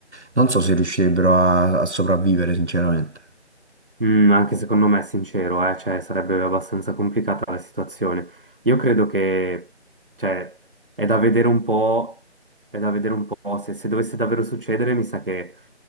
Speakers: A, on the right (about 75°); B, on the right (about 50°).
A: non so se riuscirebbero a, a sopravvivere, sinceramente.
B: Mm, anche secondo me è sincero, eh, cioè, sarebbe abbastanza complicata la situazione. Io credo che, cioè, è da vedere un po', è da vedere un po' se, se dovesse davvero succedere, mi sa che